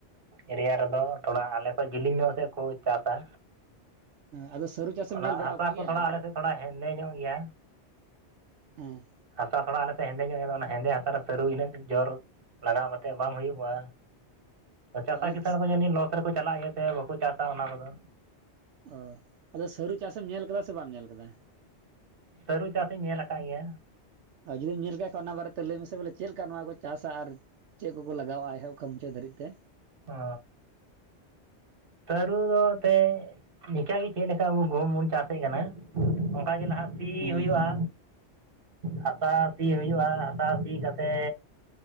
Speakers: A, on the right; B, on the right.
A: ᱮᱨᱤᱭᱟ ᱨᱮᱫᱚ ᱛᱷᱚᱲᱟ ᱟᱞᱮ ᱠᱷᱚᱡ ᱡᱮᱞᱤᱧ ᱧᱚᱜ ᱥᱮ ᱠᱚ ᱪᱟᱥᱟ᱾
B: ᱟᱫᱚ ᱥᱟᱹᱨᱩ ᱪᱟᱥᱮᱢ
A: ᱚᱱᱟ
B: ᱧᱮᱞ ᱵᱟᱲᱟ
A: ᱦᱟᱥᱟ
B: ᱟᱠᱟᱫ ᱜᱮᱭᱟ
A: ᱠᱚ ᱛᱷᱚᱲᱟ ᱟᱞᱮ ᱥᱮᱜ ᱛᱷᱚᱲᱟ ᱦᱮᱸᱫᱮ ᱧᱚᱜ ᱜᱮᱭᱟ᱾
B: ᱦᱩᱸ
A: ᱦᱟᱥᱟ ᱛᱚᱲᱟ ᱟᱞᱮ ᱥᱮᱜ ᱦᱮᱸᱫᱮ ᱧᱚᱜ ᱜᱮᱭᱟ ᱟᱫᱚ ᱚᱱᱟ ᱦᱮᱸᱫᱮ ᱦᱟᱥᱟ ᱨᱮ ᱥᱟᱹᱨᱩ ᱤᱱᱟᱹᱜ ᱡᱚᱨ ᱞᱟᱜᱟᱣ ᱠᱟᱛᱮᱜ ᱵᱟᱝ ᱦᱩᱭᱩᱜᱼᱟ, ᱪᱟᱥᱟ
B: ᱟᱫᱚ
A: ᱠᱤᱥᱟᱬ ᱠᱚ ᱡᱟᱱᱤᱡ ᱨᱮᱠᱚ ᱪᱟᱞᱟᱜ ᱤᱭᱟᱹᱛᱮ ᱵᱟᱠᱚ ᱪᱟᱥᱟ ᱚᱱᱟ ᱠᱚᱫᱚ᱾
B: ᱚ ᱟᱫᱚ ᱥᱟᱹᱨᱩ ᱪᱟᱥᱮᱢ ᱧᱮᱞ ᱠᱟᱫᱟ ᱥᱮ ᱵᱟᱢ ᱧᱮᱞ ᱠᱟᱫᱟ?
A: ᱛᱟᱹᱨᱩ ᱪᱟᱥ ᱤᱧ ᱧᱮᱞ ᱠᱟᱜ ᱜᱮᱭᱟ᱾
B: ᱟᱨ ᱡᱩᱫᱤᱢ ᱧᱮᱞ ᱠᱟᱜ ᱠᱷᱟᱱ ᱚᱱᱟ ᱵᱟᱨᱮᱛᱮ ᱞᱟᱹᱭ ᱢᱮᱥᱮ ᱵᱚᱞᱮ ᱪᱮᱜ ᱞᱮᱠᱟ ᱱᱚᱣᱟ ᱠᱚ ᱪᱟᱥᱟ? ᱟᱨ ᱪᱮᱜ ᱠᱚᱠᱚ ᱞᱟᱜᱟᱣᱟᱜᱼᱟ ᱮᱦᱚᱵ ᱠᱷᱚᱡ ᱢᱩᱪᱟᱹᱜ ᱫᱷᱟᱹᱨᱤᱡ ᱛᱮ?
A: ᱚ ᱥᱟᱹᱨᱩ ᱫᱚ ᱮᱛᱮᱜ ᱱᱤᱠᱟᱜᱮ ᱪᱮᱜ ᱞᱮᱠᱟ ᱟᱵᱚ ᱜᱩᱦᱩᱢ ᱵᱚᱱ ᱪᱟᱥᱮᱜ ᱠᱟᱱᱟ ᱚᱝᱠᱟᱜᱮ ᱞᱟᱦᱟ ᱥᱮᱜ ᱥᱤ
B: ᱦᱮᱸ
A: ᱦᱩᱭᱩᱜᱼᱟ, ᱦᱟᱥᱟ ᱥᱤ ᱦᱩᱭᱩᱜᱼᱟ ᱦᱟᱥᱟ ᱥᱤ ᱠᱟᱛᱮ